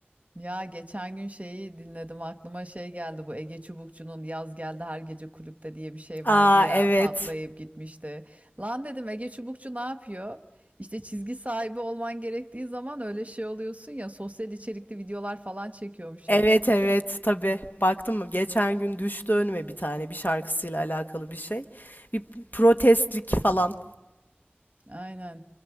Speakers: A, on the right; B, on the left.
A: Ya geçen gün şeyi dinledim aklıma şey geldi bu Ege Çubukçu'nun Yaz Geldi Her Gece Kulüpte diye bir şey
B: Aa
A: vardı ya
B: evet.
A: patlayıp gitmişti. Lan dedim Ege Çubukçu ne yapıyor? İşte çizgi sahibi olman gerektiği zaman öyle şey oluyorsun ya sosyal içerikli videolar falan çekiyormuş
B: Evet
A: herif.
B: evet tabii. Baktım mı? Geçen gün düştü önüme bir tane bir şarkısıyla alakalı bir şey. Bir protestlik falan.
A: Aynen.